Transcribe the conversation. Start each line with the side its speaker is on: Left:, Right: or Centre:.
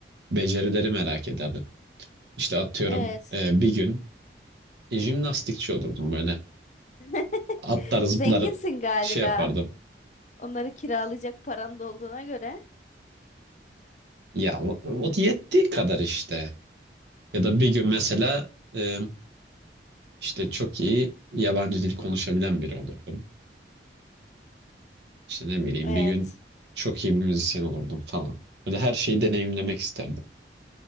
Right: becerileri merak ederdim. İşte atıyorum
Left: evet.
Right: e, bir gün jimnastikçi olurdum böyle.
Left: <laughs>
Right: atlar zıplar
Left: Zenginsin galiba.
Right: şey yapardım.
Left: Onları kiralayacak paran da olduğuna göre.
Right: Ya o o yettiği kadar işte. Ya da
Left: Hmm,
Right: bir gün mesela e, işte çok iyi yabancı dil konuşabilen biri olurdum. İşte ne bileyim
Left: evet.
Right: bir gün çok iyi bir müzisyen olurdum falan. Böyle her şeyi deneyimlemek isterdim.